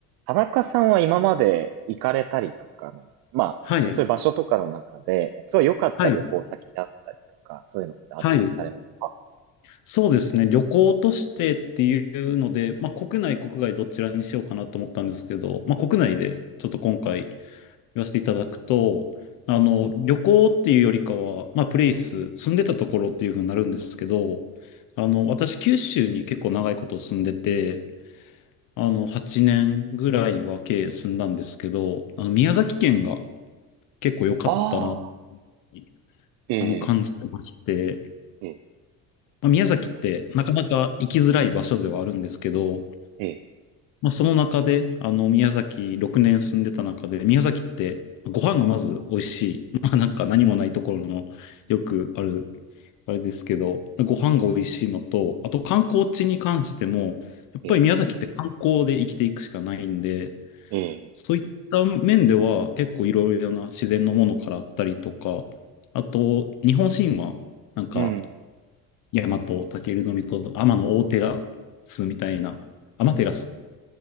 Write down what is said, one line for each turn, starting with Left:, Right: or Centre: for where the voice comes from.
Right: 田中さんは今まで行かれたりとかの、まあ、
Left: はい、
Right: そういう場所とかの中で、すごい良かった旅行先であったりとか、
Left: はい、
Right: そういうのってあったりされますか
Left: はい。そうですね。旅行としてっていうので、まあ、国内、国外どちらにしようかなと思ったんですけど、まあ、国内でちょっと今回言わせていただくと、あの、旅行っていうよりかは、まあ、プレイス、住んでたところっていうふうになるんですけど、あの、私、九州に結構長いこと住んでて、あの、8年ぐらいは計住んだんですけど、あの、宮崎県が結構良かったなっ
Right: ああ
Left: て、
Right: ー、え
Left: あの、感じてまして、
Right: え、ええ、
Left: まあ、宮崎ってなかなか行きづらい場所ではあるんですけど、
Right: ええ、
Left: まあ、その中で、あの、宮崎6年住んでた中で、宮崎ってご飯がまず美味しい。まあ、なんか何もないところのよくある、あれですけど、ご飯が美味しいのと、あと観光地に関しても、やっぱり宮崎って観光で生きていくしかないんで、
Right: ええ、ええ、
Left: そういった面では結構いろいろな自然のものからあったりとか、あと日本神話、なんか
Right: うん。
Left: 大和武尊のこと天の大照スみたいな、天照大
Right: うん